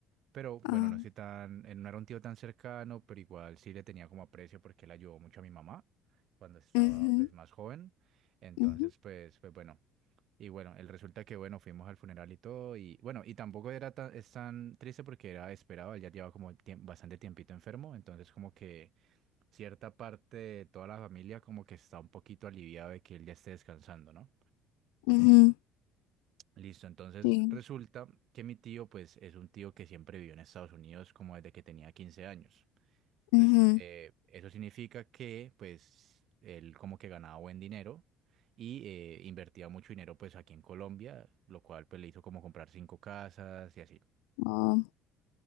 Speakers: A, on the right; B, on the left.
A: Pero bueno,
B: Ah,
A: no estoy tan, eh, no era un tío tan cercano, pero igual sí le tenía como aprecio porque él ayudó mucho a mi mamá cuando estaba
B: ujú,
A: pues más joven. Entonces,
B: ujú,
A: pues, pues bueno. Y bueno, el resulta que bueno, fuimos al funeral y todo. Y bueno, y tampoco era tan, es tan triste porque era esperado, él ya llevaba como tiem- bastante tiempito enfermo. Entonces, como que cierta parte de toda la familia como que está un poquito aliviada de que él ya esté descansando, ¿no?
B: ujú,
A: Listo, entonces
B: sí,
A: resulta que mi tío, pues, es un tío que siempre vivió en Estados Unidos como desde que tenía 15 años. Resul-
B: ujú,
A: eh, eso significa que, pues, él como que ganaba buen dinero y eh, invertía mucho dinero, pues, aquí en Colombia, lo cual, pues, le hizo como comprar cinco casas y así.
B: ah,